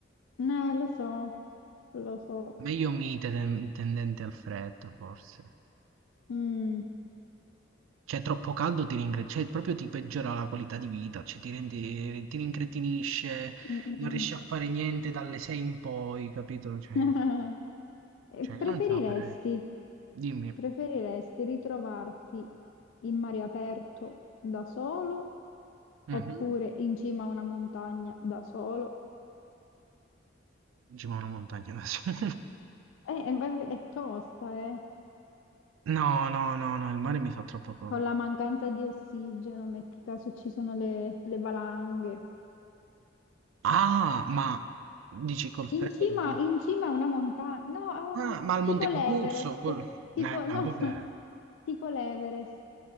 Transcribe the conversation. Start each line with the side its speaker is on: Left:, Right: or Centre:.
Left: Eh, lo so, lo so.
Right: Meglio mite ten- tendente al freddo, forse.
Left: Mm,
Right: Cioè, troppo caldo ti ringre- cioè, proprio ti peggiora la qualità di vita, cioè ti rendi, ti rincretinisce,
Left: mm, mm,
Right: non riesci a fare niente dalle 6 in poi, capito? Cioè,
Left: mm. <laughs> E
Right: cioè
Left: Preferiresti,
Right: io non ce la farei. Dimmi.
Left: preferiresti ritrovarti in mare aperto da solo
Right: Mhm.
Left: oppure in cima a una montagna da solo?
Right: Ci ma una montagna adesso. <laughs>
Left: Eh, eh, ma è è tosta, eh.
Right: No, no, no, no, il mare mi fa troppo paura.
Left: Con la mancanza di ossigeno, metti caso ci sono le, le valanghe.
Right: Ah, ma dici col freddo?
Left: In cima, in cima a una montagna, no, a un,
Right: Ah, ma al
Left: tipo
Right: Monte Cucuzzo?
Left: l'Everest,
Right: Col... Eh,
Left: tipo,
Right: no,
Left: no,
Right: vabbè.
Left: <laughs> tipo l'Everest.